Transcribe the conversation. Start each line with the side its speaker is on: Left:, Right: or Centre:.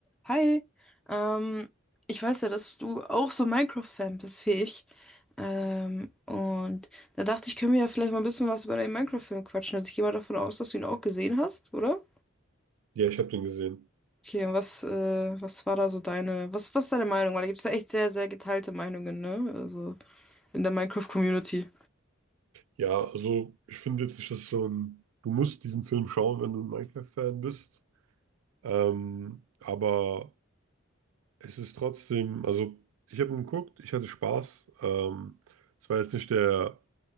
Centre: Hi, ähm, ich weiß ja, dass du auch so Minecraft-Fan bist wie ich. Ähm, und da dachte ich, können wir ja vielleicht mal ein bisschen was über deinen Minecraft-Film quatschen. Also ich gehe mal davon aus, dass du ihn auch gesehen hast, oder?
Right: Ja, ich habe den gesehen.
Centre: Okay, und was, äh, was war da so deine, was, was ist deine Meinung? Weil da gibt es ja echt sehr, sehr geteilte Meinungen, ne? Also in der Minecraft-Community.
Right: Ja, also ich finde jetzt nicht, dass so ein, du musst diesen Film schauen, wenn du ein Minecraft-Fan bist. Ähm, aber es ist trotzdem, also ich habe ihn geguckt, ich hatte Spaß. Ähm, es war jetzt nicht der